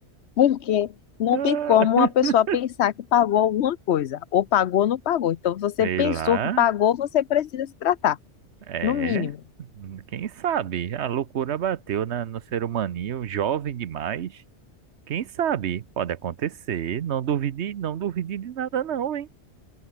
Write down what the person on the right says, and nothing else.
<laughs>
Sei
lá.
É.
Quem sabe? A loucura bateu na, no ser humaninho, jovem demais. Quem sabe? Pode acontecer. Não duvide, não duvide de nada, não, hein?